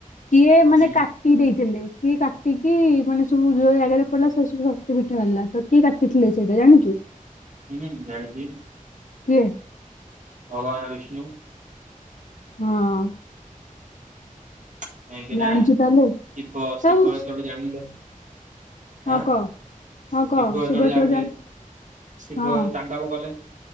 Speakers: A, on the left (about 60°); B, on the right (about 60°).
A: କିଏ ମାନେ
B: ହୁଁ
A: କାଟି ଦେଇଥିଲେ। କିଏ କାଟିକି ମାନେ ସବୁ ଯୋଉ ଜାଗାରେ ପଡିଲା ସେ ସବୁ ଶକ୍ତି ପିଠା ହେଲା ତ କିଏ କାଟିଥିଲେ ସେଇଟା ଜାଣିଛୁ।
B: ହୁଁ ଜାଣିଛି।
A: କିଏ?
B: ଭଗବାନ ବିଷ୍ଣୁ।
A: ହଁ।
B: କାହିଁକି
A: ଜାଣିଛୁ
B: ନା ଶିବ-ଶିବ
A: ତାହେଲେ ଆଉ
B: ଯେତେବେଳେ ଜାଣିଲେ
A: ହଁ
B: ଆଁ
A: କହ ହଁ
B: ଶିବ
A: କହ
B: ଯେତେବେଳେ ଜାଣିଲେ
A: ତୁ ଜାଣ
B: ଶିବ
A: ହଁ
B: ତାଙ୍କ ପାଖକୁ ଗଲେ